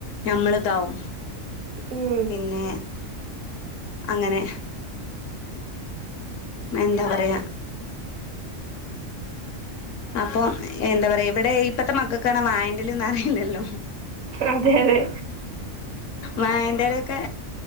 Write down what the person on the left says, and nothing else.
ഞമ്മള്താവും.
പിന്നെ അങ്ങനെ എന്താ പറയാ അപ്പൊ എന്താ പറയാ ഇവിടെ ഇപ്പത്തെ മക്കൾക്ക് പറഞ്ഞാ വായേന്റെല ഹ് ഹ് അറിയില്ലല്ലോ
വായന്റെലൊക്കെ